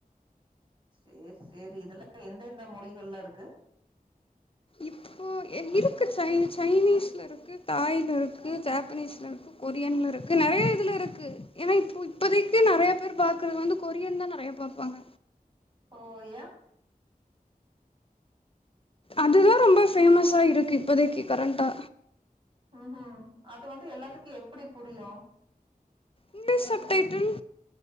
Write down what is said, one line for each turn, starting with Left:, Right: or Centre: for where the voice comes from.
Right: சேர் சேரி இதுலாம் எந்த எந்த மொழிகள்ல இருக்கு
Left: இப்போ இருக்கு சை சைனீஸில் இருக்கு தாயில இருக்கு ஜப்பனீஸில இருக்கு கொரியன்ல இருக்கு நறைய இதுல் இருக்கு ஏன்னா இப்ப இப்பதைக்கு நறைய பேர் பாக்குறது வந்து கொரியன் தான் நறைய பாப்பாங்க
Right: ஓ யேன்
Left: அதுதான் ரொம்ப பேமஸ்ஸா இருக்கு இப்போதைக்கு கரண்டா
Right: ம் ம் அது வந்து எல்லாத்துக்கும் எப்புடி புரியும்
Left: இங்லிஷ் சப்டைட்டல்